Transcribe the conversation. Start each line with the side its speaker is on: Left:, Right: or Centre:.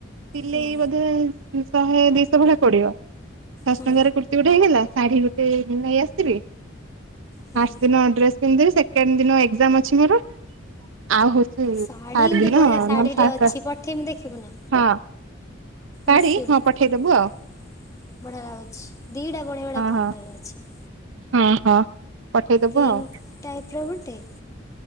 Right: ସିଲେଇ
Left: ହୁଁ
Right: ବୋଧେ ଶହେ ଦିଶହ ଭଳିଆ ପଡିବ। ପାଶ
Left: ହୁଁ
Right: ଟଙ୍କାରେ କୁର୍ତ୍ତି ଗୋଟେ ହେଇଗଲା। ଶାଢ଼ୀ ଗୋ ନେଇ ଆସିଥିବି
Left: ହୁଁ
Right: ଫାଷ୍ଟ ଦିନ ଡ୍ରେସ ପିନ୍ଧିଦେବି ସେ ସେକେଣ୍ଡ ଦିନ ଏକ୍ସଜାମ ଅ ଆଉ ହଉଛି
Left: ଶାଢୀ
Right: ଥାର୍ଡ
Left: ଗୋଟେ
Right: ଦିନ
Left: ବଢିଆ ଶାଢୀ
Right: ନହେଲେ
Left: ରେ ଅଛି
Right: ଶା
Left: ପଠେଇମି ଦେଖିବୁ ନା?
Right: ହଁ ଶାଢୀ
Left: ମି ବଢିଆ
Right: ହଁ ପଠେଇଦବୁ ଆଉ
Left: ଲାଗୁଛି ଦିଟା ବଢିଆ ବଢିଆ କଲର
Right: ହଁ
Left: ଅଛି <inaudible>
Right: ହଁ ହଁ। ପଠେଇଦବୁ
Left: ପିଙ୍କ
Right: ଆଉ
Left: ଟାଇପ ର ଗୋଟେ